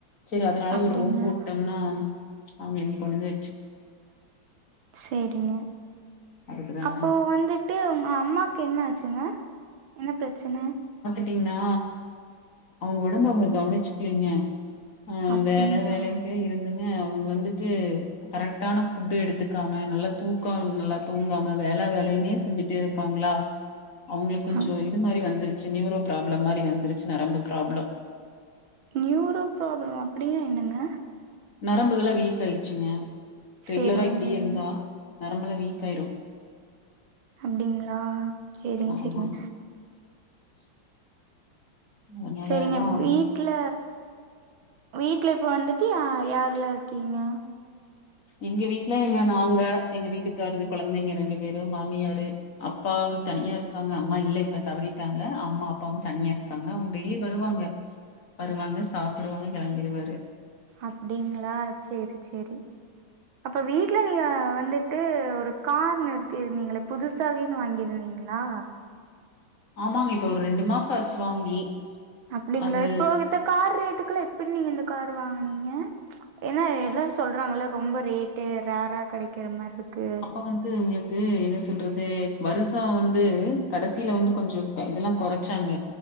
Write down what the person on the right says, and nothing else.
அப்டிங்களா
செரிங்க
அப்போ வந்து ட்டு உங் அம்மாக்கு என்ன ஆச்சுங்க என்ன பெரச்சன
அப்டிங்களா
அப்
நீரோ பிராப்ளம் ஆ அப்டின்னா என்னங்க
சேரிங்க
சேரிங்க
அப்டிங்களா சேரிங்க
சேரிங்க
செரிங்க வீட்ல வீட்ல இப்ப வந்துட்டு யாரெல்லா இருக்கீங்க
அப்டிங்களா சேரி சேரி அப்ப வீட்டு்ல நீங்க வந்து ட்டு ஒரு கார் நிறுத்தி இருந்தீங்களே புதுசா <unintelligible> வாங்கியிருந்தீங்களா
அப்படிங்ளா
இப்போ வித்த கார் ரேட்டுக்கு ல்லா எப்பட் நீங்க இந்த கார் வாங்கனீங்க ஏன்னா எல்லாரு சொல்றாங்ல்ல ரொம்ப ரேட்டு ரேரா கெடைக்கிற மாரி இருக்கு